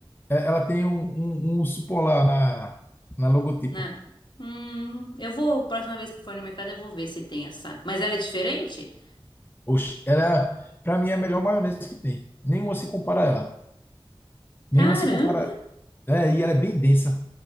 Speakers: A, on the left; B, on the left.
A: é- ela tem um, um, um urso polar na, na logotipo.
B: Né? Hum, eu vou, próxima vez que eu for no mercado, eu vou ver se tem essa. Mas ela é diferente?
A: Oxe, era, pra mim, é a melhor maionese que tem. Nenhuma se compara a ela.
B: Caramba!
A: Nenhuma se compara. É, e ela é bem densa,